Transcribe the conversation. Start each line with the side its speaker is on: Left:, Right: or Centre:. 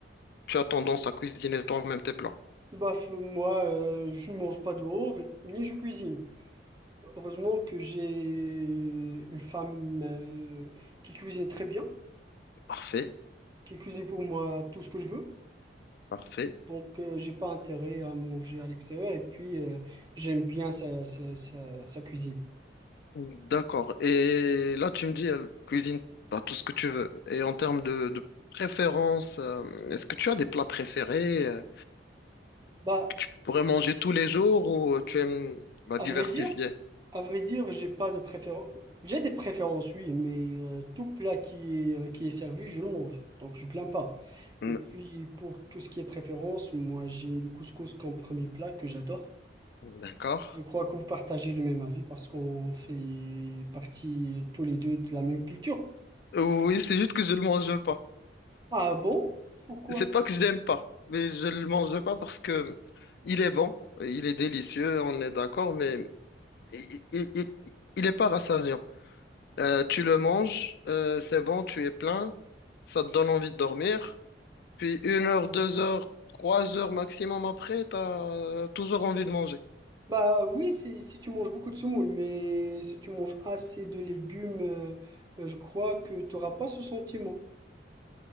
Left: Tu as tendance à cuisiner toi-même tes plats.
Right: Bah, f- moi, euh, je ne mange pas dehors, ni je cuisine. Heureusement que j'ai une femme euh, qui cuisine très bien,
Left: Parfait,
Right: qui cuisine pour moi tout ce que je veux.
Left: parfait.
Right: Donc, euh, j'ai pas intérêt à manger à l'extérieur et puis euh, j'aime bien sa, sa sa- sa cuisine.
Left: D'accord. Et là, tu me dis, elle cuisine pas tout ce que tu veux. Et en termes de, de préférence, euh, est-ce que tu as des plats préférés euh,
Right: Bah,
Left: que tu pourrais manger tous les jours ou euh, tu aimes bah,
Right: À
Left: diversifier?
Right: vrai dire, à vrai dire, j'ai pas de préférence. J'ai des préférences, oui, mais euh, tout plat qui est, euh, qui est servi, je le mange. Donc je plains pas.
Left: Mm,
Right: Et puis pour tout ce qui est préférence, moi j'ai le couscous comme premier plat que j'adore.
Left: D'accord.
Right: Je crois que vous partagez le même avis parce qu'on fait partie tous les deux de la même culture.
Left: Oui, c'est juste que je le mange pas.
Right: Ah bon? Pourquoi?
Left: C'est pas que je l'aime pas, mais je le mange pas parce que il est bon, il est délicieux, on est d'accord, mais il, il, il- il est pas rassasiant. Euh, tu le manges, euh, c'est bon, tu es plein, ça te donne envie de dormir, puis une heure, deux heures, trois heures maximum après, t'as toujours envie de manger.
Right: Bah oui, c'est si tu manges beaucoup de semoule, mais si tu manges assez de légumes, euh, euh, je crois que tu n'auras pas ce sentiment.